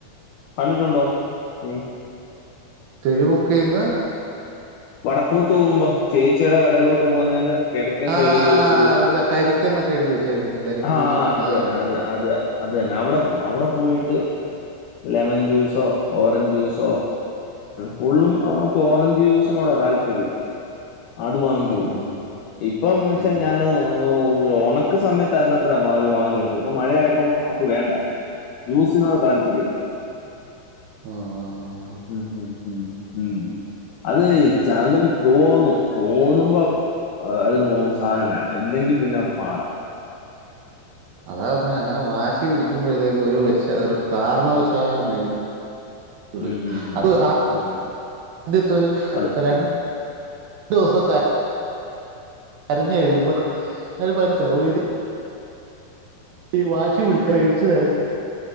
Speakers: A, on the left; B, on the right.
A: കണ്ടിട്ടുണ്ടോ ഉം
B: തെരുമുക്കീന്ന്
A: വടക്കോട്ട് പോവുമ്പോ ചേച്ചിയുടെ കടയിലോട്ട് പോകുന്നതിന്റെ കിടക്കേ
B: ആ, ആ,
A: സൈഡിൽ
B: ആ,
A: ഒരു,
B: ആ അല്ല കരിക്കെന്നൊക്കെ എഴുതി വെച്ചേക്കുന്നെ. കരിക്ക്
A: ആഹ്
B: ജ്യൂസ് എന്നൊക്കെ
A: അത്
B: അതാണ്.
A: തന്നെ അത് അത അത് തന്നെ അവിടെ പോ അവിടെ പോയിട്ട് ലെമൺ ജ്യൂസോ ഓറഞ്ച് ജ്യൂസോ കൂട്ലും അ വക്ക് ഓറഞ്ച് ജ്യൂസ് സിനോടാ താല്പര്യം. അത് വാങ്ങിച് കൊടുക്കും.
B: ഉം.
A: ഇപ്പം ന്നു വെച്ച
B: ഉം.
A: ഞാന് ആഹ് ഉണക്ക് സമയത്തായിരുന്നപ്പോഴാ അത് വാങ്ങിച്ചോടുത്ത് ഇപ്പൊ മഴയായപ്പം അവക്ക് വേണ്ട ജ്യൂസിനോട് താല്പര്യ ഇല്ല
B: ആ, ആ, ആ, ആ.
A: ഉ ഉ അത്
B: ആ,
A: ചാർജറ് തോന്നും തോന്നുമ്പോ അതിന് മൂന്നും സാനം വേണം, ഇല്ലെങ്കിൽ പിന്നെ പാടാ
B: അതാപറഞ്ഞേ അങ്ങനെ വാശി പിടിക്കുമ്പോഴത്തേക്കും ഒരു വെ ഒരു കാരണവശാലും മേടിച്ചു - ടും
A: ഉം ഉം ഉം.
B: അതു ആ
A: ഉം.
B: ആദ്യത്തൊര്
A: അത്
B: രണ്ട്ദിവസ ക കരഞ് കഴിയുമ്പോ അവര് മനസ്സിലാകും ഇനി വാശി പിടിച്ച മേടിച്ചു തരത്തി